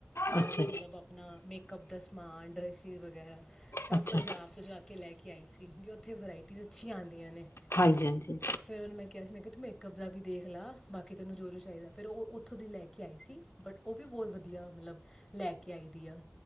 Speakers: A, in the centre; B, on the left.
A: ਸਾਰਾ
B: ਅੱਛਾ। ਅੱਛਾ,
A: ਕੁਛ ਮਤਲਬ ਅਪਣਾ, ਮੇਕਅੱਪ ਦਾ ਸਮਾਨ, ਡਰੈਸਿਸ ਵਗੈਰਾ, ਸਭ
B: ਅੱਛਾ,
A: ਪੰਜਾਬ ਤੋਂ ਜਾ ਕੇ ਲੈ ਕੇ ਆਈ ਸੀ। ਕਿ ਓਥੇ ਵਰਾਇਟੀਜ਼ ਅੱਛੀਆਂ ਆੰਦੀਆਂ ਨੇ।
B: ਹਾਂਜੀ-ਹਾਂਜੀ,
A: ਫੇਰ ਓਨੂੰ ਮੈਂ ਕੇਆ ਸੀ, ਮੈਂ ਕੇਆ ਤੂੰ ਮੇਕਅਪ ਦਾ ਵੀ ਦੇਖ ਲਾ, ਬਾਕੀ ਤੈਨੂੰ ਜੋ-ਜੋ ਚਾਈਦਾ, ਫੇਰ ਓਹ ਉੱਥੋਂ ਦੀ ਲੈ ਕੇ ਆਈ ਸੀ। ਬਟ ਓਹ ਵੀ ਬੋਤ ਵਧੀਆ ਮਤਲਬ ਲੈ ਕੇ ਆਈ ਦੀ ਆ।